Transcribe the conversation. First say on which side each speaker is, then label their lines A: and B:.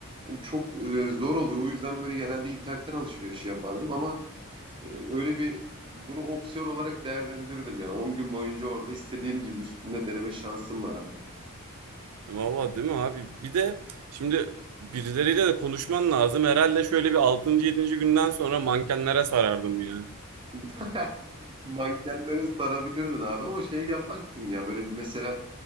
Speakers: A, on the right; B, on the right.
A: Yani çok e, zor oluyor. O yüzden böyle genelde internetten alışveriş yapardım ama e, öyle bir bunu opsiyon olarak değerlendirdim yani 10 gün boyunca orada istediğim gibi üstünde deneme şansım var abi.
B: Valla değil mi abi? Bir de şimdi birileriyle de konuşman lazım. Herhalde şöyle bir altıncı, yedinci günden sonra mankenlere sarardım ya.
A: <laughs> Mankenlere sarabilirdin abi ama şey yaparsın ya böyle bir mesela